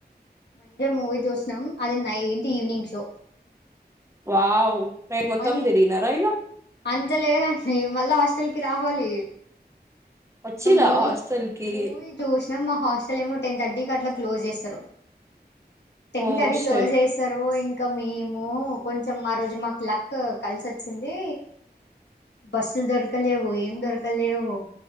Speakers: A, on the left; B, on the right.
A: మండే మూవీ చూసినాం అది ninety evening show
B: wow day మొత్తం
A: మం
B: తిరిగినరా ఇగ
A: అంత లేదండి మళ్ళ హాస్టల్కి రావాలి
B: వచ్చిరా
A: ఇంక మూవీ
B: హాస్టల్ కి
A: మూవీ చూసాం ఆ హాస్టల్ ఏమో టెన్ థర్టీకి అట్లా క్లోజ్ చేస్తారు టెన్
B: ఓ
A: తర్టీ కి క్లోజ్
B: షట్
A: చేస్తారు ఇంకా ఇంకా మేము కొంచెం ఆ రోజు మాకు లక్ కలిసొచ్చింది బస్సులు దొరకలేవు ఏం దొరకలేవు